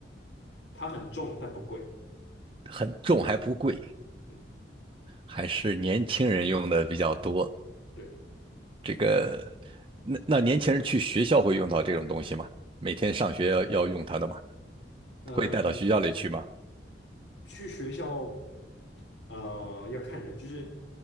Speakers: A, on the left (about 75°); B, on the right (about 30°).
A: 它很重但不贵，
B: 很重还不贵，
A: 嗯，
B: 还是年轻人用的比较多。
A: 对，
B: 这个，那那年轻人去学校会用到这种东西吗？每天上学要要用它的吗？
A: 呃，
B: 会带到学校里去吗？
A: 去学校，呃，要看人，就是